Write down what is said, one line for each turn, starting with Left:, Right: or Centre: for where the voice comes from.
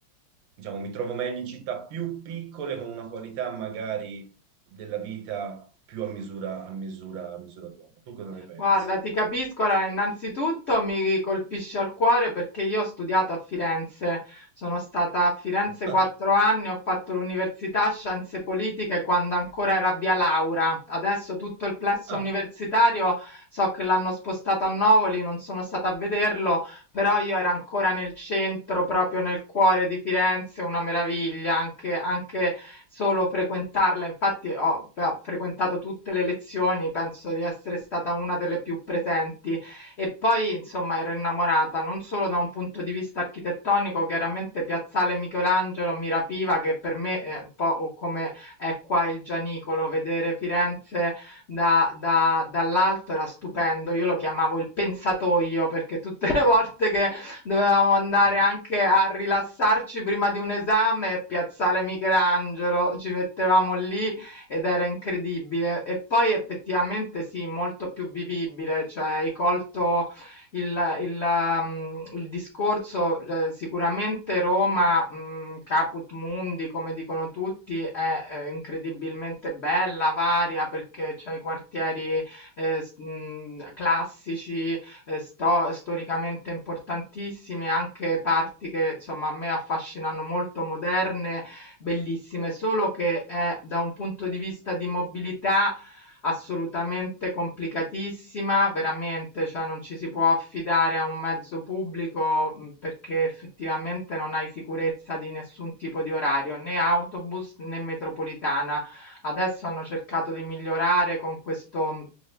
Right: diciamo, mi trovo meglio in città più piccole con una qualità magari della vita più a misura, a misura, a misura d'uomo. Tu cosa ne pensi?
Left: Guarda, ti capisco, allora, innanzitutto mi colpisce al cuore perché io ho studiato a Firenze, sono stata a Firenze
Right: <laughs>
Left: quattro anni, ho fatto l'università Scienze Politiche quando ancora era via Laura, adesso tutto il plesso
Right: Ah,
Left: universitario so che l'hanno spostato a Novoli, non sono stata a vederlo, però io era ancora nel centro, proprio nel cuore di Firenze, una meraviglia, anche, anche solo frequentarla, infatti ho ho frequentato tutte le lezioni, penso di essere stata una delle più presenti e poi insomma ero innamorata non solo da un punto di vista architettonico, chiaramente Piazzale Michelangelo mi rapiva che per me è un po' come è qua il Gianicolo, vedere Firenze da, da- dall'alto era stupendo, io lo chiamavo il pensatoio perché tutte le <laughs> volte che dovevamo andare
Right: ah, ah.
Left: anche a rilassarci prima di un esame, Piazzale Michelangelo, ci mettevamo lì ed era incredibile. E poi effettivamente sì, molto più vivibile, cioè hai colto il, il, ehm, il discorso, eh, sicuramente Roma, mh, caput mundi, come dicono tutti, è eh, incredibilmente bella, varia, perché c'è i quartieri eh, s- mh, classici, eh, sto- storicamente importantissime, anche parti che insomma a me affascinano molto, moderne, bellissime, solo che è da un punto di vista di mobilità assolutamente complicatissima, veramente, cioè non ci si può affidare a un mezzo pubblico mh, perché effettivamente non hai sicurezza di nessun tipo di orario, né autobus né metropolitana. Adesso hanno cercato di migliorare con questo mh,